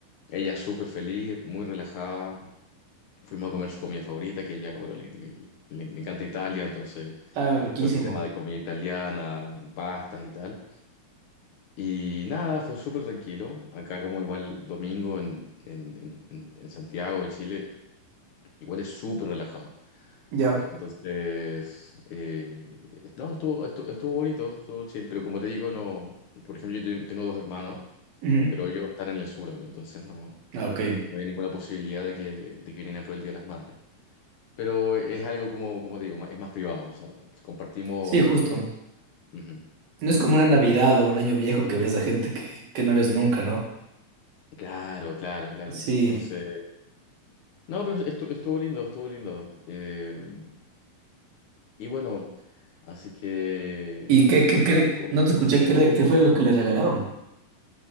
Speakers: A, on the left; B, on the right.
A: Ella súper feliz, muy relajada. Fuimos a comer su comida favorita, que ella, bueno, le, le- le- le encanta Italia, entonces
B: Ah, riquísimo.
A: todo este tema de comida italiana, pastas y tal. Y nada, fue súper tranquilo. Acá como igual domingo en, en, en- en- en Santiago de Chile, igual es súper relajado.
B: Ya.
A: Entonces, eh, no, estuvo, estu- estuvo, bonito, estuvo chill, pero como te digo, no, por ejemplo, yo ten- tengo dos hermanos,
B: Ujú.
A: pero ellos están en el sur ahora, entonces no, no
B: Ah, ok.
A: había ninguna posibilidad de que, de que vinieran por el Día de las Madres. Pero es algo como, como te digo, ma- es más privado, o sea, compartimos...
B: Sí, justo.
A: el- Ujú.
B: No es como una Navidad o un año viejo que ves a gente que, que no ves nunca, ¿no?
A: Claro, claro, claro.
B: Sí.
A: Entonces, no, pero estu- estuvo lindo, estuvo lindo. Eh, y bueno, así que,
B: ¿Y qué,
A: como
B: qué,
A: te
B: qué?
A: digo,
B: No te escuché, ¿qué, le- qué fue lo que le regalaron?